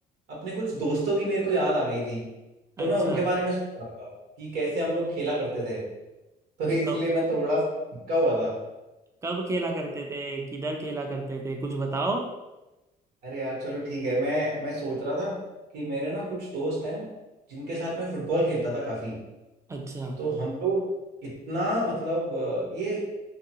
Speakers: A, on the right (about 85°); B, on the right (about 15°).
A: अपने कुछ दोस्तों की मेरे को याद आ गई थी
B: अच्छा
A: तो मैं उनके बारे में सोच रहा था कि कैसे हम लोग खेला करते थे <laughs> तो इसलिए
B: कब
A: मैं थोड़ा सा अटका हुआ था
B: कब खेला करते थे किधर खेला करते थे कुछ बताओ
A: अरे यार चलो ठीक है मैं मैं सोच रहा था कि मेरे ना कुछ दोस्त हैं जिनके साथ मैं फुटबॉल खेलता था काफी
B: अच्छा
A: तो हम लोग इतना मतलब अ, ये